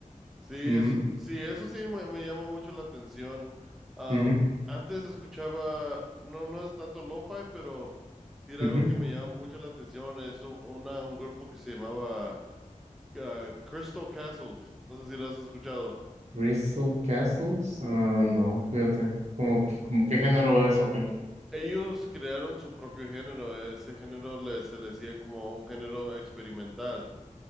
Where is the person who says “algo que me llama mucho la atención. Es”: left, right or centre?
Centre